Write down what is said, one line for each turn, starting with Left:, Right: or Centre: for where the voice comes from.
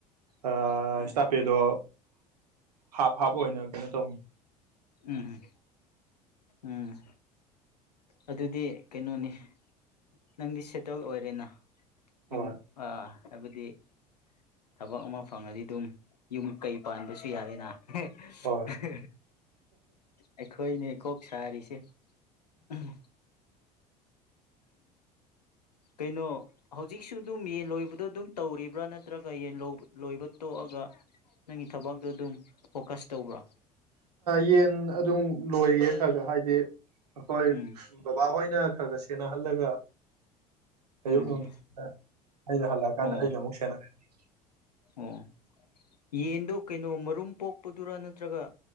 Right: ꯑ ꯏꯁꯇꯥꯄꯦꯗꯣ ꯍꯥꯞ ꯍꯥꯞ ꯑꯣꯏꯅ ꯀꯩꯅꯣ ꯇꯧꯅꯤ
Left: ꯎꯝ ꯎꯝ ꯑꯗꯨꯗꯤ ꯀꯩꯅꯣꯅꯤ ꯅꯪꯗꯤ ꯁꯦꯇꯜ ꯑꯣꯏꯔꯦꯅ
Right: ꯍꯣꯏ
Left: ꯌꯨꯝ ꯑ ꯍꯥꯏꯕꯗꯤ ꯊꯕꯛ ꯑꯃ ꯐꯪꯉꯗꯤ ꯑꯗꯨꯝ ꯌꯨꯝ ꯀꯩ ꯄꯥꯟꯕꯁꯨ ꯌꯥꯔꯦꯅ ꯍꯦ
Right: ꯍꯣꯏ
Left: ꯍꯦ ꯍ ꯑꯩꯈꯣꯏꯅꯦ ꯀꯣꯛ ꯁꯥꯔꯤꯁꯦ ꯎꯝ ꯀꯩꯅꯣ ꯍꯧꯖꯤꯛꯁꯨ ꯑꯗꯨꯝ ꯌꯦꯟ ꯂꯣꯏꯕꯗꯣ ꯑꯗꯨꯝ ꯇꯧꯔꯤꯕ꯭ꯔꯥ ꯅꯠꯇ꯭ꯔꯒ ꯌꯦꯟ ꯂꯣꯏꯕ ꯇꯣꯛꯑꯒ ꯅꯪꯒꯤ ꯊꯕꯛꯇꯣ ꯑꯗꯨꯝ ꯐꯣꯀꯁ ꯇꯧꯕ꯭ꯔꯣ
Right: ꯌꯦꯟ ꯑꯗꯨꯝ ꯂꯣꯏꯔꯤꯌꯦ ꯒ ꯍꯥꯏꯗꯤꯦ ꯑꯩꯈꯣꯏ
Left: ꯎꯝ
Right: ꯕꯕꯥ ꯣꯏꯅ ꯈꯁꯤ ꯁꯦꯟꯅꯍꯜꯂꯒ ꯑꯌꯨꯛ
Left: ꯎꯝ ꯎꯝ
Right: ꯅꯨꯡꯊ ꯑꯩꯅ ꯍꯜꯂꯛꯑꯀꯥꯟꯗ
Left: ꯑꯣ
Right: ꯑꯩꯅ ꯑꯃꯨꯛ ꯁꯦꯟꯅꯍꯜꯂꯤ
Left: ꯑꯣ ꯌꯦꯟꯗꯣ ꯀꯩꯅꯣ ꯃꯔꯨꯝ ꯄꯣꯛꯄꯗꯨꯔꯥ ꯅꯠꯇ꯭ꯔꯒ